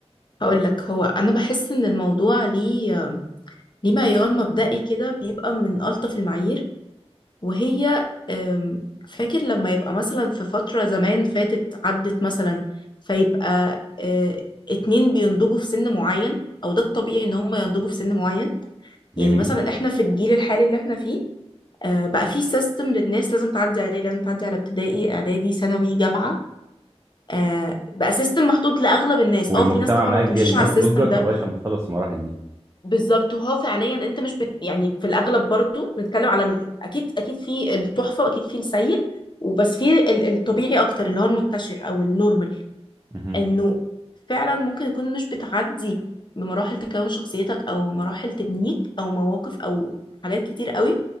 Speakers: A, on the left; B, on the right.
A: هقول لك هو انا بحس ان الموضوع ليه ليه معيار مبدئي كده بيبقى من الطف المعايير وهي أم، فاكر لما يبقى مثلا في فترة زمان فاتت عدت مثلا فيبقى أه، اتنين بينضجوا في سن معين او ده الطبيعي ان هم ينضجوا في سن معين
B: جميل
A: يعني مثلا احنا في الجيل الحالي اللي احنا فيه أه، بقى في سيستم للناس لازم تعدي عليه لازم تعدي على ابتدائي اعدادي ثانوي جامعة آه بقى سيستم محطوط لاغلب الناس
B: والمجتمع
A: اه في ناس طبعا
B: مأجل
A: ما بتمشيش على
B: نض-
A: السيستم
B: نضجك
A: ده
B: لغاية ما تخلص المراحل دي
A: بالظبط وهو فعليا انت مش بت يعني في الاغلب برضو بنتكلم على الم... اكيد اكيد في التحفه واكيد في السيء وبس في ال- الطبيعي اكتر اللي هو المنتشر او النورمال
B: مهم.
A: انه فعلا ممكن يكون مش بتعدي بمراحل تكون شخصيتك او مراحل تبنيك او مواقف او حاجات كتير قوي